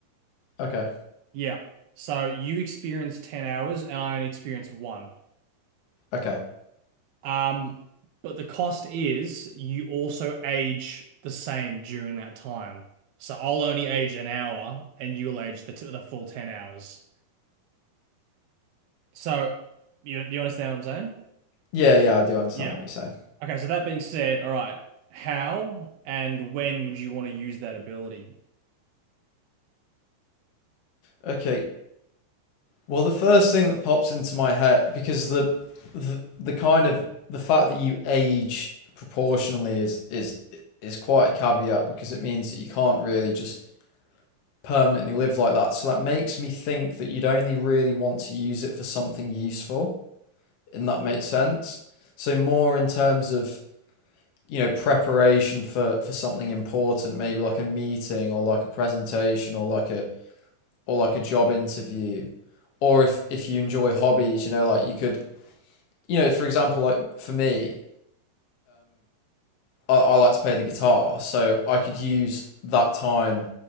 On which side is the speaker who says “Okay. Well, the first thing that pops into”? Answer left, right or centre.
Left